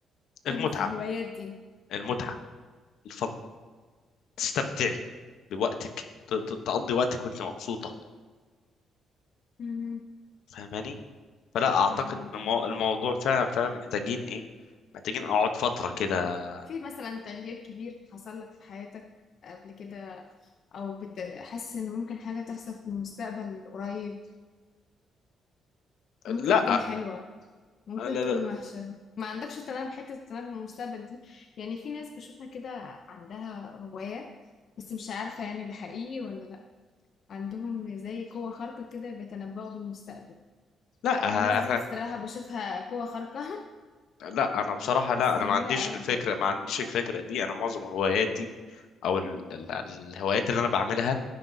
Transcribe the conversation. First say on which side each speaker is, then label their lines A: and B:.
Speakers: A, on the left; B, on the left.
A: المتعة
B: غير في الهوايات دي
A: المتعة الفن تستمتعي بوقتك ت- ت- تقضي وقتك وانت مبسوطة
B: مهم.
A: فاهماني فلا اعتقد
B: فاهمك
A: ان المو- الموضوع فعلا فعلا محتاجين ايه محتاجين اقعد فترة كده
B: في مثلا تغيير كبير حصل لك في حياتك قبل كده او بت- حاسس ان ممكن حاجة تحصل في المستقبل قريب وممكن
A: لا
B: تكون حلوة ممكن
A: لا لا
B: تكون وحشة ما عندكش تنبؤ حتة التنبؤ بالمستقبل دي يعني في ناس بشوفها كده عندها هواية بس مش عارفة يعني ده حقيقي ولا لأ عندهم زي قوة خارقة كده بيتنبؤوا بالمستقبل
A: لا
B: والناس
A: احنا
B: دي بصراحة بشوفها قوة خارقة
A: لا انا بصراحة
B: <laughs>
A: لا
B: بس
A: انا
B: جميلة
A: ما عنديش
B: قوي
A: الفكرة
B: بجد
A: ما عنديش الفكرة دي انا معظم هواياتي او ال- ال- الهوايات اللي انا بعملها